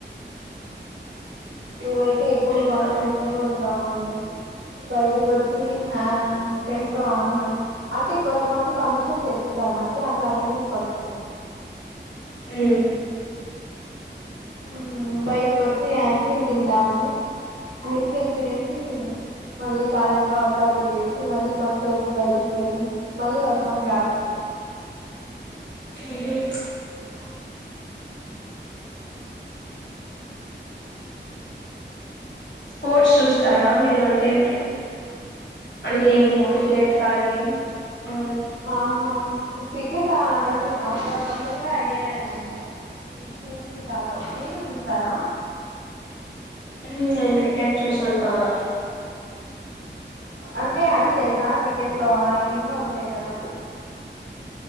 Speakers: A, on the right (about 80°); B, on the left (about 80°).
A: మేమైతే ఎప్పుడు
B: ఇంకా
A: బంక్ కొడతనే ఉంటాం అండి బయటికి వచ్చి ఆ ఫ్రెండ్స్ తో అందరం అంటే కొంతమంది పర్మిషన్స్ చెప్పిస్తారు కి అట్లా అటెండెన్స్ పడుతుంది
B: ఎ
A: ఉమ్ బయటికి వచ్చి ఐస్ క్రీమ్ తింటాము ఐస్ క్రీమ్ తినేసి మళ్ళీ కాలేజ్ లో అట్లా తిరిగేసి మళ్ళీ కొంచెం బయటికి పోయి మళ్ళీ వస్తాం క్లాస్ కి అ
B: ఎందుకు స్పోర్ట్స్ చూస్తారా మీరు అంటేనే
A: క్రికెట్సా
B: అంటే ఇవి క్రికెట్ కానీ ఆ
A: ఆహా క్రికెట్ ఆ నాకు అసలు అ కొంచెం కూడా ఐడియా లేదండి మూవీ కాదు మీరు చూస్తారా
B: ఉమే నేను క్రికెట్ చూస్తాను బాగా
A: అంటే అని తెలుసా క్రికెట్ లో ఎన్నెన్నో ఉంటాయి కదా